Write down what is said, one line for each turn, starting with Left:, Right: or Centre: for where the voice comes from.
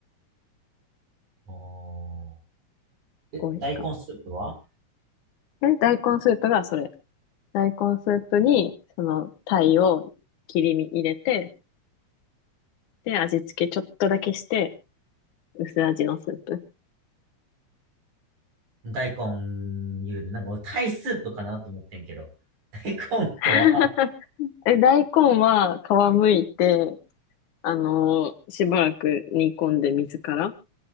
Right: おーえ、
Left: 美味しかっ
Right: 大根スープは
Left: た。え大根スープがそれ。大根スープに、その、タイを切り身入れて、で、味付けちょっとだけして、薄味のスープ。
Right: 大根ゆで、なんか俺タイスープかなと思ってんけど。<laughs> 大根とは
Left: <laughs> え、大根は皮むいて、あのーしばらく煮込んで水から